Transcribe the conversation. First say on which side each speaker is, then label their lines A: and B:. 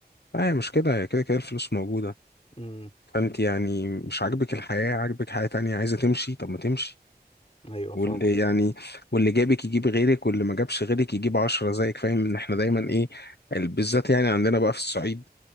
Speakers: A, on the left; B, on the left.
A: لا هي مش كده هي كده كده الفلوس موجودة
B: امم
A: فانت يعني مش عاجبك الحياة عاجبك حياة تانية عايزة تمشي طب ما تمشي
B: أيوه
A: واللي
B: فاهمك
A: يعني واللي جابك يجيب غيرك واللي ما جابش غيرك يجيب عشرة زيك فاهم ان احنا دايما
B: امم
A: ايه ال- بالذات يعني عندنا بقى في الصعيد